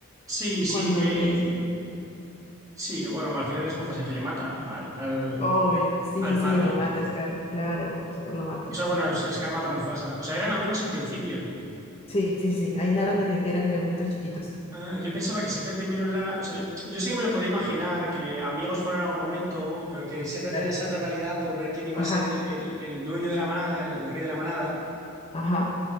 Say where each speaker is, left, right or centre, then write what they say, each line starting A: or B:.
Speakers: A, on the right; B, on the left.
A: sí, sí,
B: cuando
A: que
B: le dicen, ¿no?
A: sí, que bueno, al final es Mufasa que le mata al, al,
B: Obvio, sí,
A: al
B: sí, sí,
A: padre.
B: lo mata Scar, claro, Scar lo mata.
A: O sea, bueno, es- Scar mata a Mufasa. O sea, eran amigos al principio.
B: Sí, sí, sí, ahí narran desde que eran leoncitos chiquitos.
A: Ah, yo pensaba que siempre tuvieron la. O sea, yo sí que me lo podía imaginar, que amigos fueron en algún momento, pero que siempre
B: Claro.
A: tenía esa rivalidad por ver quién iba
B: Ajá,
A: a ser el, el- el dueño de la manada, el, el rey de la manada.
B: ajá.